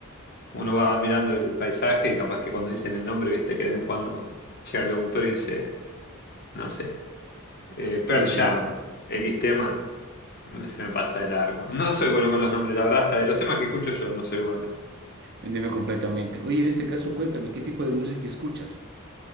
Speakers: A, on the left (about 45°); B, on the right (about 50°).
A: uno va mirando el paisaje y capaz que cuando dicen el nombre, viste que de vez en cuando llega el locutor y dice, no sé, eh, Pearl
B: Te entiendo,
A: Jam, X tema, se me pasa de largo. No soy bueno con los nombres, la verdad, hasta de los temas que escucho yo no soy bueno.
B: te entiendo completamente. Oye, en este caso, cuéntame, ¿qué tipo de música escuchas?